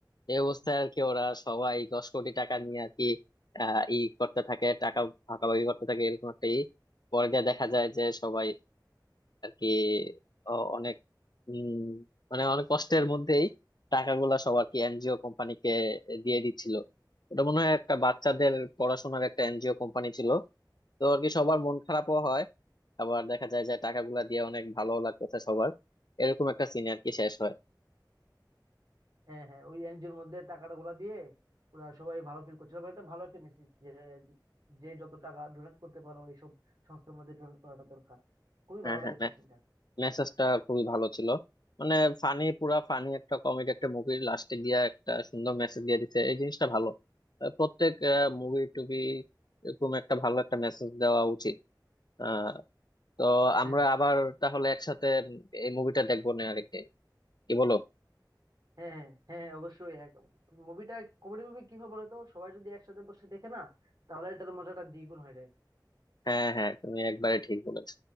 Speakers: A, on the left; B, on the right.
A: এই অবস্থায় আর কি ওরা সবাই দশ কোটি টাকা নিয়ে আর কি আহ ই করতে থাকে টাকা ভাগাভাগি করতে থাকে এরকম একটা ই পরে গিয়ে দেখা যায় যে সবাই আর কি অ- অনেক উম, মানে অনেক কষ্টের মধ্যেই টাকাগুলা সব আর কি এনজিও কোম্পানিকে দিয়ে দিচ্ছিল ওটা মনে হয় একটা বাচ্চাদের পড়াশোনার একটা এনজিও কোম্পানি ছিল তো আর কি সবার মন খারাপও হয় আবার দেখা যায় যে টাকাগুলা দিয়ে অনেক ভালো লাগতেছে সবার এরকম একটা সিন আর কি শেষ হয়
B: হ্যাঁ হ্যাঁ ওই এনজিওর মধ্যে টাকাটা গুলা দিয়ে ওরা সবাই ভালো ফিল করছিল মানে এটা ভালো একটা মেসেজ যে যে যত টাকা ডোনেট করতে পারো এইসব সংস্থার মধ্যে ডোনেট করাটা দরকার খুবই
A: হ্যাঁ
B: ভালো
A: হ্যাঁ
B: লেগেছে সিনটা
A: মেসেজটা খুবই ভালো ছিল মানে ফানি পুরা ফানি একটা কমেডি একটা মুভির লাস্টে গিয়া একটা সুন্দর মেসেজ দিয়ে দিতে এই জিনিসটা ভালো আহ, প্রত্যেক মুভি টুবি এরকম একটা ভালো একটা মেসেজ দেওয়া উচিত আহ তো আমরা
B: হ্যাঁ
A: আবার তাহলে একসাথে উম এই মুভিটা দেখবো না আরেকদিন কি বলো
B: হ্যাঁ হ্যাঁ হ্যাঁ হ্যাঁ, অবশ্যই মুভিটা কমেডি মুভি কি হয় বলতো সবাই যদি একসাথে বসে দেখে না তাহলে এটার মজাটা দ্বিগুণ হয়ে যায়
A: হ্যাঁ হ্যাঁ তুমি একবারে ঠিক বলেছ